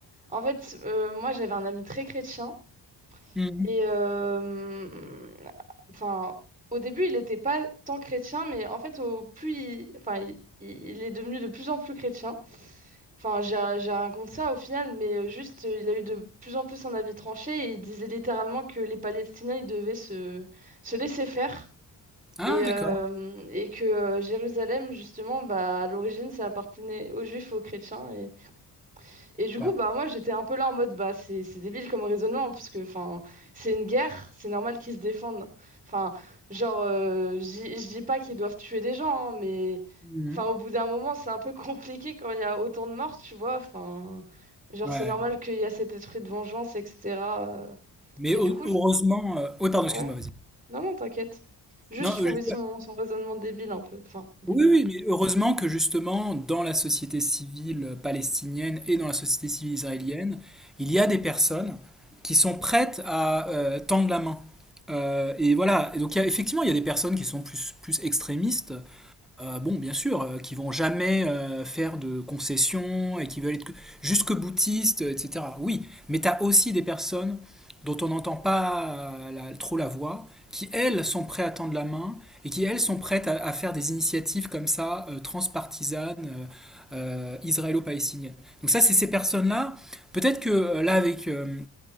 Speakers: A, on the right; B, in the centre.
A: en fait euh, moi j'avais un ami très chrétien.
B: Mhm.
A: Et euh, enfin, au début, il n'était pas tant chrétien, mais en fait, au plus il, enfin, il, il- il est devenu de plus en plus chrétien. Enfin, j'ai j'ai raconté ça au final, mais euh, juste, euh, il a eu de plus en plus un avis tranché et il disait littéralement que les Palestiniens, ils devaient se, se laisser faire.
B: Ah,
A: Et, euh,
B: d'accord.
A: et que euh, Jérusalem, justement, bah, à l'origine, ça appartenait aux Juifs et aux chrétiens. Et du
B: Super.
A: coup, bah, moi, j'étais un peu là en mode, bah, c'est c'est débile comme raisonnement, parce que, enfin, c'est une guerre, c'est normal qu'ils se défendent. Enfin, genre, euh, je dis je dis pas qu'ils doivent tuer des gens, hein, mais,
B: Mhm.
A: enfin, au bout d'un moment, c'est un peu compliqué quand il y a autant de morts, tu vois. Enfin, genre,
B: Ouais.
A: c'est normal qu'il y a cet esprit de vengeance, etc. euh.
B: Mais
A: Et
B: heu-
A: du coup,
B: heureusement,
A: je-
B: euh, oui, pardon, excuse-moi,
A: ouais,
B: vas-y.
A: non, non, t'inquiète. Juste,
B: Non,
A: je trouvais
B: euh,
A: son, son raisonnement débile un peu. Enfin, débile.
B: Oui, oui, mais heureusement que justement, dans la société civile palestinienne et dans la société civile israélienne, il y a des personnes qui sont prêtes à euh, tendre la main. Euh, et voilà, et donc il y a- effectivement, il y a des personnes qui sont plus, plus extrémistes, euh, bon, bien sûr, euh, qui vont jamais euh, faire de concessions et qui veulent être que- jusque boutistes, etc. Oui, mais tu as aussi des personnes dont on n'entend pas euh, la- trop la voix, qui elles sont prêtes à tendre la main et qui elles sont prêtes à, à faire des initiatives comme ça, euh, transpartisanes, euh, euh, israélo-palestiniennes. Donc ça, c'est ces personnes-là. Peut-être que euh, là, avec euh,